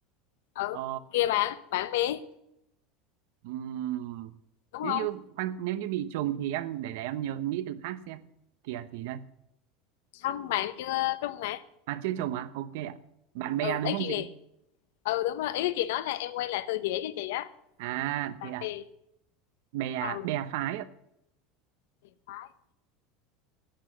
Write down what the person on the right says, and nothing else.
Ờ,
ừm,
nếu
như khoan, nếu như bị trùng thì em để để em nhớ nghĩ từ khác xem. Kìa gì đây?
À chưa trùng à? Ok ạ. Bạn bè
đúng
không
chị?
À
thế à?
Bè
bè phái ạ.